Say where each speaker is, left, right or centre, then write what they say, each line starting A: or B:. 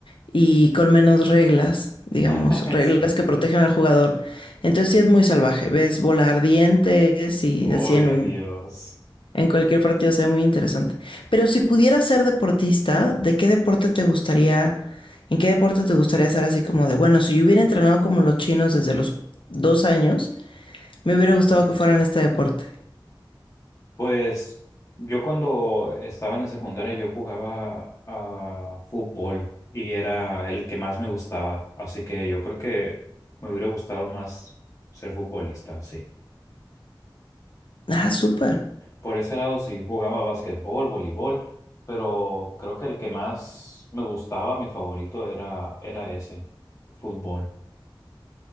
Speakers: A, on the left (about 75°); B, on the left (about 40°).
A: y con menos reglas, digamos,
B: <laughs>
A: reglas
B: Sí.
A: que protegen al jugador. Entonces sí es muy salvaje, ves volar dientes y
B: Ay,
A: así en un,
B: Dios.
A: en cualquier partido se ve muy interesante. Pero si pudieras ser deportista, ¿de qué deporte te gustaría, en qué deporte te gustaría ser así como de, bueno, si yo hubiera entrenado como los chinos desde los dos años, me hubiera gustado
B: Ay,
A: que fuera
B: Sí.
A: en este deporte.
B: Pues yo cuando estaba en la secundaria yo jugaba a fútbol y era el que más me gustaba, así que yo creo que me hubiera gustado más ser futbolista, sí.
A: Ah, súper.
B: Por ese lado sí, jugaba básquetbol, voleibol, pero creo que el que más me gustaba, mi favorito era era ese, fútbol.